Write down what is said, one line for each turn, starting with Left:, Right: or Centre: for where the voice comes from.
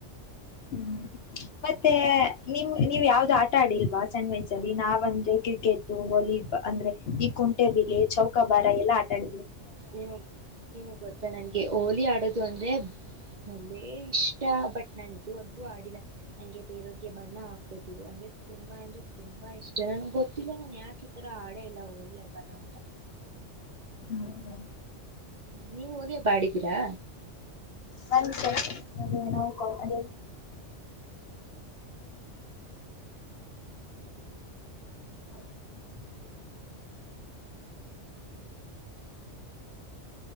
Left: ಹ್ಮ್ ಮತ್ತೆ ನಿಮ್ ನೀವ್ ಯಾವ್ದು ಆಟ ಆಡಿಲ್ವಾ ಸಂಡ್ ವೈಸ್ ಅಲ್ಲಿ ನಾವಂದ್ರೆ ಕ್ರಿಕೆಟ್ ವಾಲಿಬಾಲ್ ಅಂದ್ರೆ ಈ ಕುಂಟೆಬಲೆ ಚೌಕಾಬಾರ ಎಲ್ಲಾ ಆಟಾಡ
Right: ನಿಮ ನಿಮಗ್ ಗೊತ್ತಾ ನನ್ಗೆ ಹಓಲಿ ಆಡೋದು ಇ ಅಂದ್ರೆ ಒಳ್ಳೆ ಇಷ್ಟ ಬಟ್ ನಾನು ಇದುವರೆಗೂ ಆಡಿಲ್ಲ ಹಂಗೆ ಬೇರವ ಗೆ ಬಣ್ಣ ಹಾಕೋುದು ಅಂದ್ರೆ ತುಂಬಾ ಅಂದ್ರೆ ತುಂಬಾ ಇಷ್ಟ ನನ್ಗೆ ಗೊತ್ತಿಲ್ಲ ನಾನನ್ ಯಾಕೆ ಈತರ ಆಡ ಇಲ್ಲ ಹಿ ಅಬ್ಬಾನ ಅಂತ
Left: ಹ್ಮದ
Right: ನೀವು ಹೋಲಿಯ ಬಾಡಿದ್ದೀರಾ
Left: ವನ್ ನವು ಕ ಅದೇ ಅ